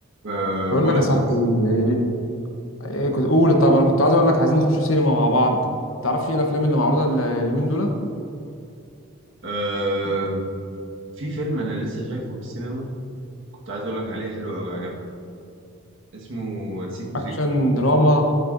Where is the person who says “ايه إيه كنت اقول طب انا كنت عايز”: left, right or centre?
Left